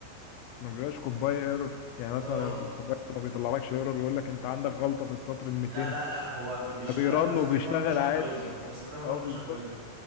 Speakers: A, on the left; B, on the right.
A: ما بيبقاش كومباي ايرور يعني مثلا
B: اه
A: الكومباي ما بيطلعلكش ايرور ويقول لك انت عندك غلطة في السطر ال 200
B: لا لا لا هو في بيشتغل
A: فبيرن
B: بس
A: وبيشتغل
B: في منكشن
A: عادي
B: بايظه بس في منكشن
A: اه بالظبط
B: بايظه